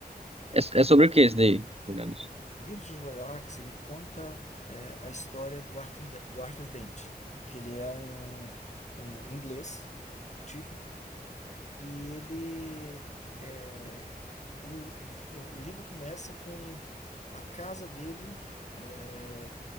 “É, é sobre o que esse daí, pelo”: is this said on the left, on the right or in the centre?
Right